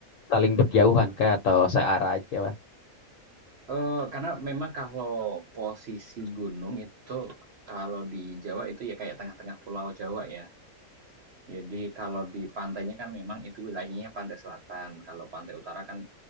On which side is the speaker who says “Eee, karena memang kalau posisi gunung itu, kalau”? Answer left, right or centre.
Right